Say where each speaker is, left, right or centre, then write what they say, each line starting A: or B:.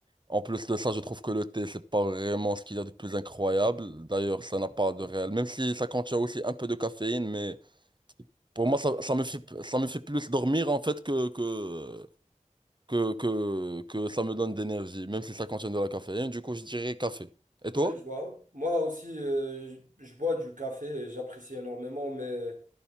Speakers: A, on the right; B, on the right.
A: En plus de ça, je trouve que le thé, c'est pas vraiment ce qu'il y a de plus incroyable. D'ailleurs, ça n'a pas de réel. Même si ça contient aussi un peu de caféine, mais pour moi, ça, ça me fait, ça me fait plus dormir en fait que, que, que, que, que ça me donne d'énergie, même si ça contient de la caféine. Du coup, je dirais café. Et
B: Ouais,
A: toi?
B: je vois. Moi aussi, euh, je je bois du café et j'apprécie énormément, mais